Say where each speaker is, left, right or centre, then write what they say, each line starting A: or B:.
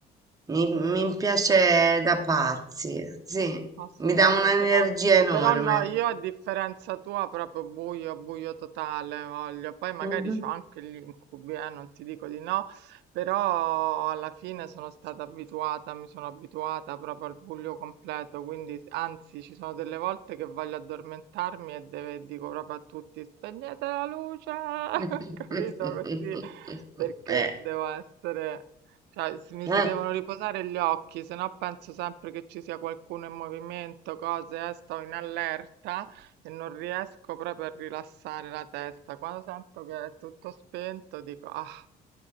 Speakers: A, on the right; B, on the right.
A: mi, mi
B: sì.
A: piace da pazzi, sì,
B: Assolutamente
A: mi dà un'energia
B: no, anch'io,
A: enorme.
B: però no, io a differenza tua proprio buio, buio totale voglio, poi magari
A: Mhm.
B: c'ho anche gli incubi, eh, non ti dico di no, però alla fine sono stata abituata, mi sono abituata proprio al buio completo, quindi anzi ci sono delle volte che voglio addormentarmi e deve- dico proprio a tutti spegnete la luce, <laughs>
A: <laughs>
B: capito così, perché
A: Eh.
B: devo essere... Cioè, s- mi
A: eh.
B: si devono riposare gli occhi, se no penso sempre che ci sia qualcuno in movimento, cose, eh, sto in allerta e non riesco proprio a rilassare la testa. Quando sento che è tutto spento, dico, ah,